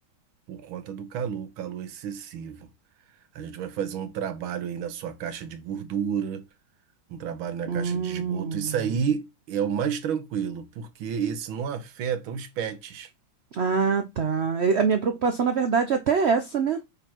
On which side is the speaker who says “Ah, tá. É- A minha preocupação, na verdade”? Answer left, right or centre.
Right